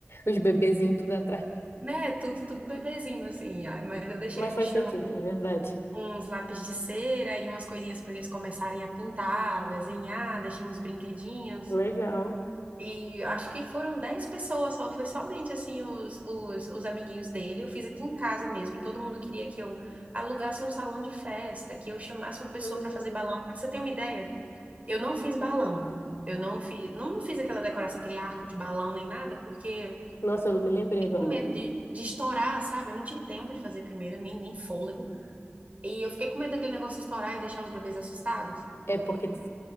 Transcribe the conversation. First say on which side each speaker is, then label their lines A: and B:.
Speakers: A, on the left; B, on the right.
A: Os bebezinhos tudo atrás.
B: né, tudo, tudo bebezinho assim, ah, mas eu deixei
A: Mas
B: no
A: faz
B: chão
A: sentido, é verdade.
B: uns lápis de cera e umas coisinhas para eles começarem a pintar, desenhar, deixei uns brinquedinhos.
A: Legal.
B: E acho que foram 10 pessoas só, foi somente assim os, os, os amiguinhos dele. Eu fiz aqui em casa mesmo. Todo mundo queria que eu alugasse um salão de festa, que eu chamasse uma pessoa
A: Hum.
B: para fazer balão. Pra você ter uma ideia, eu não fiz balão. Eu não fiz, não, não fiz aquela decoração, aquele arco de balão nem nada, porque
A: Nossa, eu não me lembrei agora,
B: com medo
A: né?
B: de, de estourar, sabe? Eu não tive tempo de fazer primeiro, nem, nem fôlego. E eu fiquei com medo daquele negócio estourar e deixar os bebês assustados.
A: É porque tu-